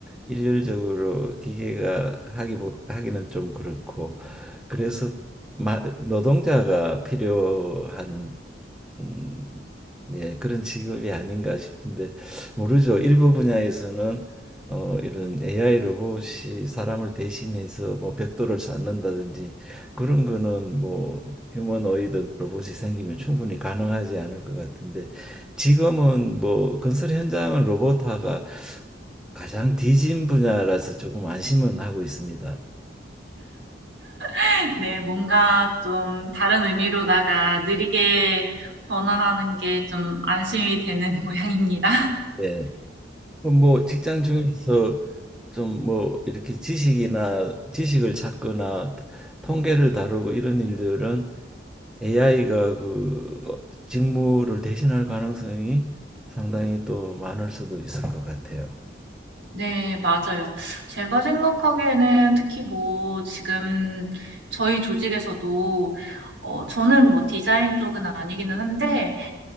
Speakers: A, in the centre; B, on the right.
A: 일률적으로 기계가 하기 하기는 좀 그렇고 그래서 마- 노동자가 필요한 음, 예, 그런 직업이 아닌가 싶은데 모르죠. 일부 분야에서는 어, 이런 AI 로봇이 사람을 대신해서 뭐 벽돌을 쌓는다든지 그런 거는 뭐 휴머노이드 로봇이 생기면 충분히 가능하지 않을 것 같은데 지금은 뭐 건설 현장은 로봇화가 가장 뒤진 분야라서 조금 안심은 하고 있습니다.
B: <laughs> 네, 뭔가 좀 다른 의미로다가 느리게 변화하는 게 좀 안심이 되는 <laughs> 모양입니다.
A: 예. 어, 뭐 직장 중에서 좀 뭐 이렇게 지식이나 지식을 찾거나 통계를 다루고 이런 일들은 AI가 그 어, 직무를 대신할 가능성이 상당히 또 많을 수도 있을 것 같아요.
B: 네, 맞아요. 제가 생각하기에는 특히 뭐 지금 저희 조직에서도 어, 저는 뭐 디자인 쪽은 아니기는 한데